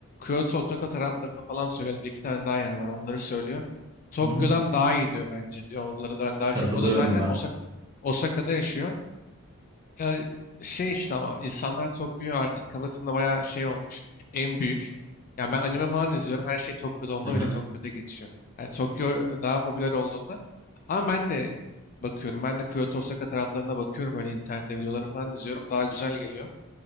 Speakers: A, on the left (about 40°); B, on the right (about 20°).
A: Kyoto, Tokyo taraflarını falan söylüyor. Bir iki tane daha yer var onları söylüyor. Tokyo'dan
B: Hı hı.
A: daha iyi diyor bence diyor. Oraları ben daha
B: Katılıyorum
A: çok. O da zaten
B: ben.
A: Osa- Osaka'da yaşıyor. Ya şey işte ama insanlar Tokyo'yu artık kafasında bayağı şey olmuş. En büyük. Yani ben anime falan izliyorum. Her şey Tokyo'da onda
B: Hı hı.
A: bile Tokyo'da geçiyor. Yani Tokyo e, daha popüler olduğunda. Ama ben de bakıyorum. Ben de Kyoto, Osaka taraflarına bakıyorum. Öyle internette videolarını falan izliyorum. Daha güzel geliyor.